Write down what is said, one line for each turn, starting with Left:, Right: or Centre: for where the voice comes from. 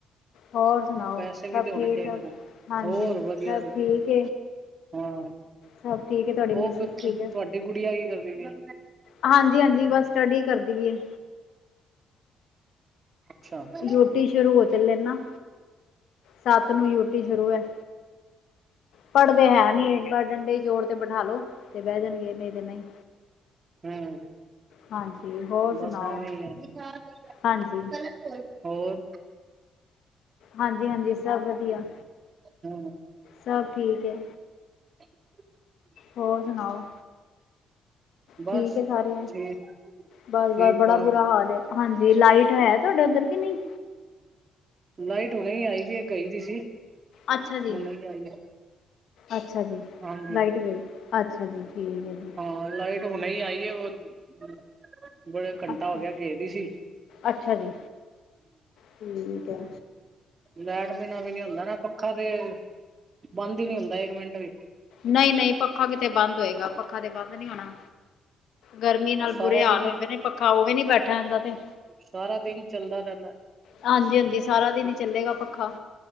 Left: ਹੋਰ ਸੁਣਾਓ!
Right: ਪੈਸੇ
Left: ਸਭ
Right: ਵੀ ਤੇ ਹੋਣੇ
Left: ਠਿਕ
Right: ਚਾਹੀਦੇ
Left: - ਠਾਕ
Right: ਨੇ।
Left: ਹਾਂਜੀ-ਹਾਂਜੀ
Right: ਹੋਰ ਵਧੀਆ
Left: ਸਭ
Right: ਜੀ
Left: ਠਿਕ।
Right: ਹਾਂ।
Left: ਸਬ ਠੀਕ ਹੈ। ਤੁਹਾਡੀ ਮਿਸਿਜ
Right: ਉਹ
Left: ਜੀ‌।
Right: ਤੁਹਾਡੀ ਕੁੜੀ ਆ ਕੀ ਕਰਦੀ ਪਈ।
Left: ਹਾਂਜੀ-ਹਾਂਜੀ। ਬਸ ਸਟੱਡੀ ਕਰਦੀ ਵੀ ਹੈ।
Right: ਅੱਛਾ।
Left: ਹੈ
Right: <inaudible>
Left: ਯੂਟੀ ਸ਼ੁਰੂ ਹੋ। ਚੱਲੇ ਨਾ ਸਾਤ ਨੂੰ ਯੂਟੀ ਸ਼ੁਰੂ ਹੈ। ਪੜਦੇ ਹੈ ਨੀ। ਪਰ ਡੰਡੇ ਜੋੜ ਤੇ ਬਿਠਾਲੋ ਤੇ ਬਹਿ ਜਾਣਗੇ ਨਹੀਂ ਤੇ ਨਹੀਂ।
Right: ਹਮ
Left: ਹਾਂਜੀ ਹੋਰ ਸੁਣਾਓ
Right: ਬੱਸਾ। <unintelligible>
Left: ਹਾਂਜੀ
Right: ਹੋਰ
Left: ਹਾਂਜੀ-ਹਾਂਜੀ, ਸਭ ਵਧਿਆ
Right: ਹ
Left: ਸਭ ਠੀਕ ਏ,
Right: <inaudible> <inaudible>
Left: ਹੋਰ ਸੁਣਾਓ?
Right: ਬਸ
Left: ਠੀਕ ਐ, ਸਾਰੇ
Right: ਠੀਕ
Left: ਬਸ
Right: ਠੀਕ
Left: ਬਸ ਬੜਾ
Right: ਠਾਕ
Left: ਬੁਰਾ ਹਾਲ ਹੈ। ਹਾਂਜੀ ਲਾਇਟ ਹੈ। ਤੁਹਾਡੇ ਉੱਧਰ ਕੇ ਨਹੀਂ?
Right: ਲਾਇਟ ਹੁਨੀ ਆਈ ਸੀ ਗਈ ਹੁਈ ਸੀ।
Left: ਅੱਛਾ ਜੀ,
Right: ਹੁਣੇ ਹੀ ਆਈ ਹੈ
Left: ਅੱਛਾ ਜੀ,
Right: ਹਾਂਜੀ
Left: ਲਾਇਟ ਗਈ। ਅੱਛਾ ਜੀ, ਠੀਕ ਐ ਜੀ।
Right: ਹਾਂ ਲਾਇਟ ਉਨੀ ਆਈ ਹੈ, ਉਹ <unintelligible> ਉਨ ਘੰਟਾ
Left: ਅੱਛਾ
Right: ਹੋ ਗਿਆ ਖੇਲ ਦੀ ਸੀ।
Left: ਅੱਛਾ ਜੀ ਠੀਕ ਐ
Right: ਲੈਟ ਬਿਨਾ ਵੀ ਨੀ ਹੁੰਦਾ ਨਾ ਪੱਖਾ ਤੇ, ਬੰਦ ਹੀ ਨੀ ਹੁੰਦਾ, ਇੱਕ ਮਿੰਟ ਵੀ
Left: ਨਹੀਂ-ਨਹੀਂ, ਪੱਖਾ ਕਿਤੇ ਬੰਦ ਹੋਏਗਾ। ਪੱਖਾ ਤੇ ਬੰਦ ਨੀ ਹੋਣਾ ਗਰਮੀ ਨਾਲ
Right: ਸਾਰਾ
Left: ਬੁਰੇ ਹਾਲ
Right: ਦਿਨ
Left: ਹੋਏ ਪਏ ਨੇ ਪੱਖਾ ਉਹਵੀ ਨੀ ਬੈਠਾ ਜਾਦਾ ਤੇ
Right: ਸਾਰਾ ਦਿਨ ਚੱਲਦਾ ਰਹਿੰਦਾ
Left: ਹਾਂਜੀ-ਹਾਂਜੀ, ਸਾਰਾ ਦਿਨ ਈ ਚੱਲੇਗਾ ਪੱਖਾ